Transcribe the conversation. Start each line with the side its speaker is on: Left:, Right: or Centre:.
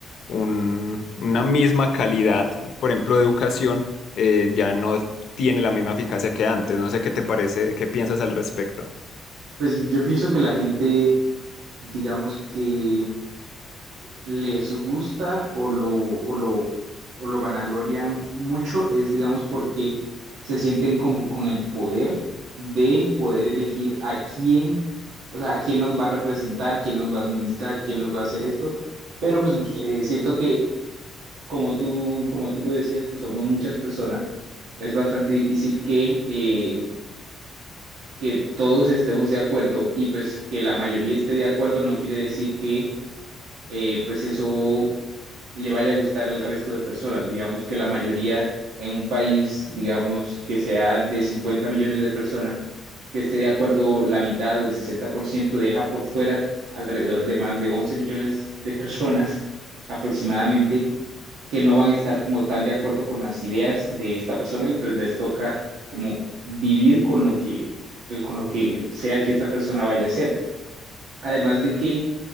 Left: un- una misma calidad, por ejemplo, de educación, eh, ya no tiene la misma eficacia que antes. No sé qué te parece, qué piensas al respecto.
Right: Pues yo pienso que la gente, digamos que les gusta o lo, o lo, o lo vanaglorian mucho, es digamos porque se sienten como con el poder de poder elegir a quién, o sea, a quién nos va a representar, quién nos va a administrar, quién nos va a hacer esto. Pero pues eh, siento que como tú, como tú lo decías, pues somos muchas personas. Es bastante difícil que, eh, que todos estemos de acuerdo y pues que la mayoría esté de acuerdo no quiere decir que eh, pues eso le vaya a gustar al resto de personas. Digamos que la mayoría en un país, digamos que sea de 50 millones de personas, que esté de acuerdo la mitad o el 60% deja por fuera alrededor de más de 11 millones de personas aproximadamente que no van a estar como tan de acuerdo con las ideas de esta persona y pues les toca como vivir con lo que, pues con lo que sea que esta persona vaya a hacer. Además de que